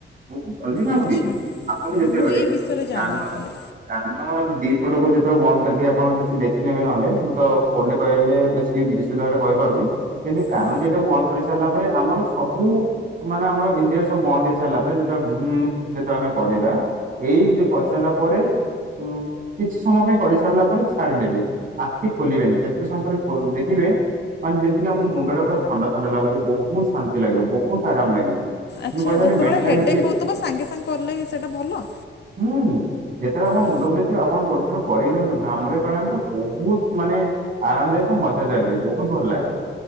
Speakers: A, on the right; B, on the left.
A: ବହୁତ ଜଲଦି କାମ
B: ଆଚ୍ଛା
A: ଦିଏ ଆପଣ ଯେତେବେଳେ
B: ଆ ମୁଁ ଏଇ ବିଷୟରେ ଜାଣିନଥିଲି।
A: କାନର କାନ ଦିପଟକୁ ଯେତେବେଳେ ବନ୍ଦ କରିକି ଆପଣ କିଛି ଦେଖିନେବେ ନହଲେ ମୁଁ ତ ଫୋନରେ କହିଲେ ବେଶୀ କିଏ ବିଶେଷ ଭାବରେ କହି ପାରୁନି। କିନ୍ତୁ କାନ
B: ହଁ
A: ଦଟାକୁ ବନ୍ଦ କରିସାରିଲା ପରେ। ଆମର ସବୁ ମାନେ ଆମର ଇନ୍ଦ୍ରୟ ସବୁ ବନ୍ଦ ହେଇ ସାରିଲା ପରେ ଯେତେବେଳେ ହୁଁ ଯେତେବେଳେ ଆମେ କରିବା ଏଇ ଯେ କରିସାରିଲା ପରେ ହୁଁ। କିଛି ସମୟ ପାଇଁ କରିସାରିଲା ପରେ ଛାଡି ନେବେ। ଆଖି ଖୋଲିବେନି। କେତେ ସମୟ ପରେ ଦେଖିବେ ମାନେ ଯେମିତିକି ଆମ ମୁଣ୍ଡ ଟା ପୁରା ଥଣ୍ଡା, ଥଣ୍ଡା ଲାଗୁଛି। ବହୁତ ଶାନ୍ତି ଲାଗିବ। ବହୁତ ଆରାମ ଲାଗିବ।
B: ଆଚ୍ଛା।
A: ଯୋଉ କୁହାଯାଏନି
B: ଯେତେବେଳେ
A: ମେଣ୍ଟାଲିଟି
B: ହେଡ଼ଏକ୍ ହେଉଥିବ ସାଙ୍ଗେ ସାଙ୍ଗେ କଲେ ସେଇଟା ଭଲ?
A: ହୁଁ। ଯେତେବେଳେ ଆପଣଙ୍କ ମୁଣ୍ଡ
B: ଆ,
A: ବୁଲେଇଥିବ ଆପଣ ଗୋଟେ ଥର କରିକି ଦେଖନ୍ତୁ। ଭ୍ରାମୀରି ପ୍ରାଣାୟାମ ତ ବହୁତ ମାନେ ଆରାମଦାୟକ ମଜାଦାର ବି। ବହୁତ ଭଲ ଲାଗେ।